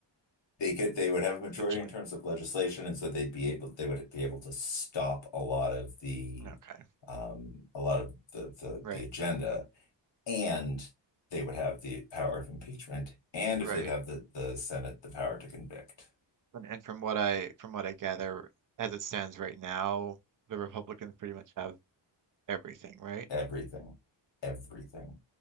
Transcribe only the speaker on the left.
They could they would have a majority
in terms of legislation, and so they'd be able they would be able to stop a lot of the
um a lot of the the,
the agenda, and they would have the power of impeachment, and
if they have the, the Senate, the power to convict.
Everything. Everything.